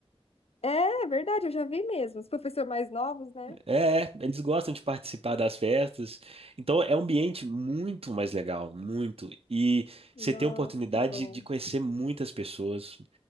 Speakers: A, on the left; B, on the right.
A: É, é verdade, eu já vi mesmo. Os professores mais novos, né?
B: É, é, eles gostam de participar das festas. Então é um ambiente muito mais legal, muito. E você
A: Nossa,
B: tem a oportunidade
A: que bom.
B: de conhecer muitas pessoas